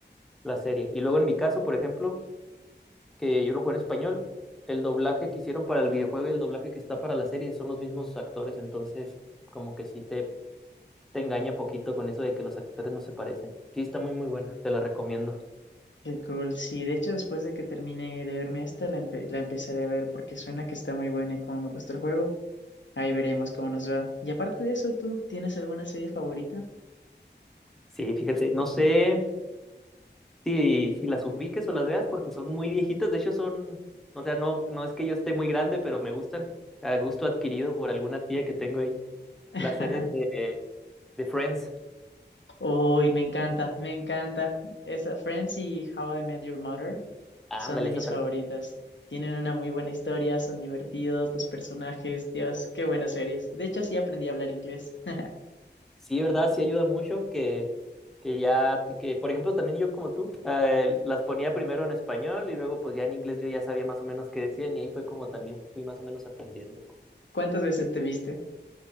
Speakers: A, in the centre; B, on the left.
A: la serie. Y luego en mi caso, por ejemplo, que yo lo juego en español, el doblaje que hicieron para el videojuego y el doblaje que está para la serie son los mismos actores. Entonces, como que sí te, te engaña poquito con eso de que los actores no se parecen. Sí, está muy, muy buena. Te la recomiendo.
B: qué cool. Sí, de hecho, después de que termine de verme esta, la, empe- la empezaré a ver porque suena que está muy buena y como me gustó el juego. Ahí veremos cómo nos va. Y aparte de eso, ¿tú tienes alguna serie favorita?
A: Sí, fíjate, no sé. Sí, si las ubiques o las veas porque son muy viejitas, de hecho son, o sea, no, no es que yo esté muy grande, pero me gustan, a gusto adquirido por alguna tía que tengo ahí,
B: <laughs>
A: la serie de, de Friends,
B: Uy, me encanta, me encanta. Esa Friends y How I Met Your Mother
A: ándale,
B: son de
A: esa
B: mis
A: también.
B: favoritas. Tienen una muy buena historia, son divertidos, los personajes, Dios, qué buenas series. De hecho, así aprendí a hablar inglés. <laughs>
A: Sí, ¿verdad? Sí ayuda mucho que, que ya, que por ejemplo también yo como tú, eh, las ponía primero en español y luego pues ya en inglés yo ya sabía más o menos qué decían y ahí fue como también fui más o menos aprendiendo.
B: ¿Cuántas veces te viste?